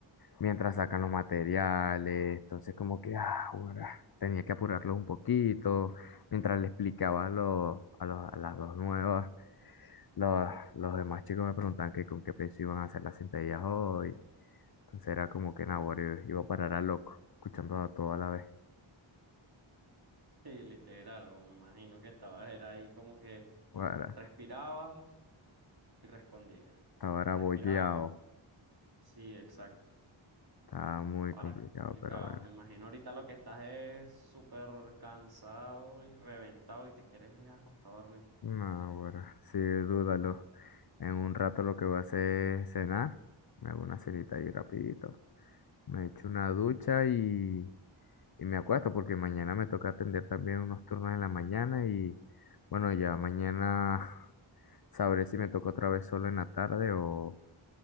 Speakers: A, on the left; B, on the right.
A: mientras sacan los materiales. Entonces, como que, ah, ahora tenía que apurarlos un poquito. Mientras le explicaba a los, a los, a las dos nuevas, los, los demás chicos me preguntaban que con qué peso iban a hacer las sentadillas hoy. Entonces era como que, nah, ahora iba a parar a loco, escuchando a todo a la vez.
B: Y literal, o me imagino que estabas era ahí como que
A: Ahora,
B: respirabas y respondías.
A: estaba era
B: Respirabas.
A: bollado,
B: Sí, exacto.
A: estaba muy
B: Ahora
A: complicado,
B: qué complicado.
A: pero bueno.
B: Me imagino ahorita lo que estás es súper cansado y reventado y te quieres es acostar a dormir.
A: No, bueno, sí, dúdalo. En un rato lo que voy a hacer es cenar. Me hago una cenita ahí rapidito. Me echo una ducha y, y me acuesto porque mañana me toca atender también unos turnos en la mañana y bueno, ya mañana <laughs> sabré si me toca otra vez solo en la tarde o,